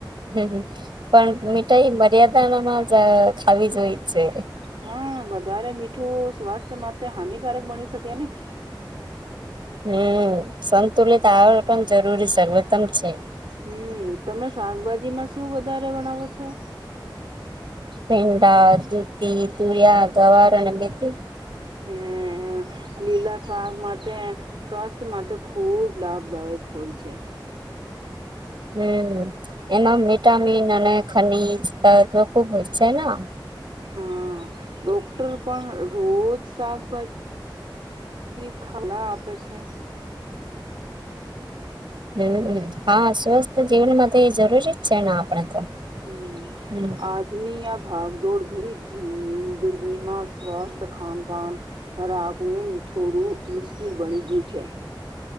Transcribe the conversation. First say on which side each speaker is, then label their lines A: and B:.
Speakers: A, on the right (about 70°); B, on the right (about 85°).
A: હમ પણ મીઠાઈ મર્યાદાનામાં જ ખાવી જોઈ છે.
B: હા વધારે મીઠું સ્વાસ્થ્ય માટે હાનિકારક બણી શકે ને
A: હમ સંતુલિત આવે પણ જરૂરી સર્વોત્તમ છે.
B: હમ તમે શાકભાજી માં શું વધારે વણાવો છો.
A: ભીડા દુધી તુરિયા ગવાર બેથી
B: હમ લીલા સાગ મ સસ વસ્ત માત્ર ખૂબ લાભદાયક હોય છે.
A: હમ એમાં વિટામિન અને ખનીજ ખુબ હોય છે ને.
B: હા ડોક્ટર પણ રોજ શાકભાજી જીી ખાલા આપે છે.
A: હમ હા સ્વસ્થ જીવન માં તો એ જરૂરી જ છે ને આપણે તો
B: હમ
A: હમ
B: આદની આ ભાગ દોડ ભરી જિંદગીમાં સ્વસ્થ ખાન પાન રાખું થોડું મુશ્કે સ્થિર બની ગયું છે.